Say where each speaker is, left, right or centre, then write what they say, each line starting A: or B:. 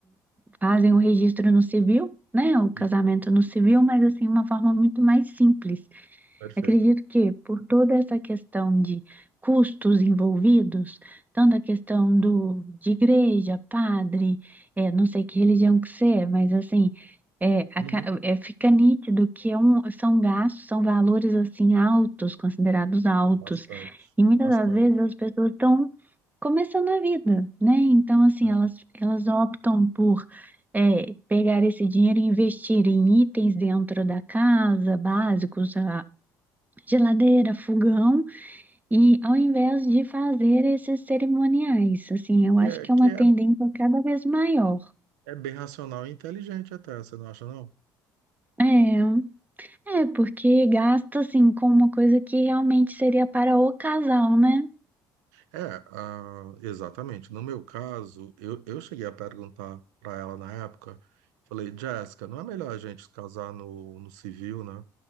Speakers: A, on the right (about 15°); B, on the right (about 80°).
A: fazem o registro no civil, né? O casamento
B: Isso.
A: no civil, mas assim, uma forma muito mais simples.
B: Perfeito.
A: Acredito que por toda essa questão de custos envolvidos, tanto a questão do, de igreja, padre, é, não sei que religião que você é, mas assim, é, aca-
B: Uhum.
A: é, fica nítido que é um, são gastos, são valores assim altos, considerados altos.
B: Bastante,
A: E muitas
B: bastante.
A: das vezes as pessoas estão começando a vida, né? Então, assim,
B: É.
A: elas, elas optam por é, pegar esse dinheiro e investir em itens dentro da casa, básicos, a geladeira, fogão, e ao invés de fazer esses cerimoniais, assim, eu
B: Que
A: acho
B: é,
A: que é uma
B: que é,
A: tendência cada vez maior.
B: é bem racional e inteligente até, você não acha, não?
A: É, é porque gasta assim com uma coisa que realmente seria para o casal, né?
B: É, ah, exatamente. No meu caso, eu, eu cheguei a perguntar para ela na época, falei, Jéssica, não é melhor a gente se casar no, no civil, né?